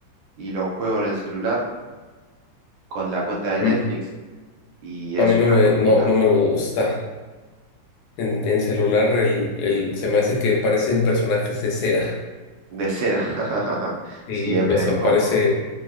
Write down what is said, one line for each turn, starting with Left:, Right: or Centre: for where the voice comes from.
Right: y lo juego en el celular con la cuenta de
Left: A
Right: Netflix
Left: mí
Right: y
Left: a
Right: es
Left: mí no
Right: una
Left: me,
Right: joyita
Left: no, no me gusta. En, en celular el, el, se me hace que parecen personajes de cera.
Right: de cera. <laughs>
Left: Sí,
Right: Sí, es medio
Left: o sea,
Right: incómodo.
Left: parece,